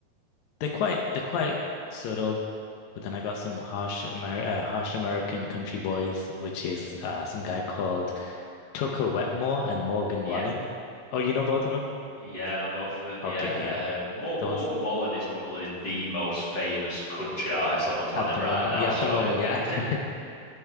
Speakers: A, on the left; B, on the left.
A: They're quite they're quite subtle, but then I got some harsh Amer uh, harsh American country boys, which is uh some guy called Tucker Wetmore and Morgan
B: Yep.
A: Wallen. Oh, you know both of them?
B: Yeah, no, both of them.
A: Okay,
B: Yeah,
A: yeah,
B: um, Mor
A: those
B: Morgan Wallen is probably the most famous country artist on the planet
A: at the
B: right
A: moment,
B: now.
A: yeah,
B: So
A: at the moment,
B: it,
A: yeah.
B: it would, <laughs>
A: <laughs>